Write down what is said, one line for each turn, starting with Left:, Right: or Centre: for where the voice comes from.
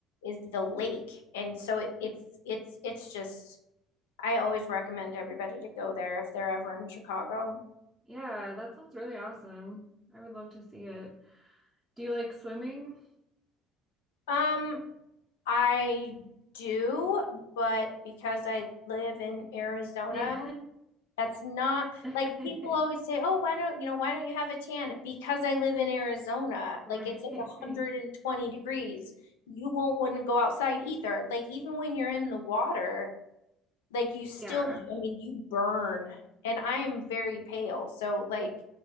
Left: is the lake. And so it, it's, it's, it's just, I always recommend everybody to go there if they're ever in Chicago.
Right: Yeah, that sounds really awesome. I would love to see it. Do you like swimming?
Left: Um, I do, but because I live in Arizona
Right: Yeah.
Left: That's not
Right: <laughs>
Left: like people always say, "Oh, why don't you know why don't you have a tan?" Because I live in Arizona,
Right: Right.
Left: like it's like 120
Right: right.
Left: degrees. You won't wouldn't go outside either. Like even when you're in the water, like you still,
Right: Yeah.
Left: I mean, you burn. And I am very pale, so like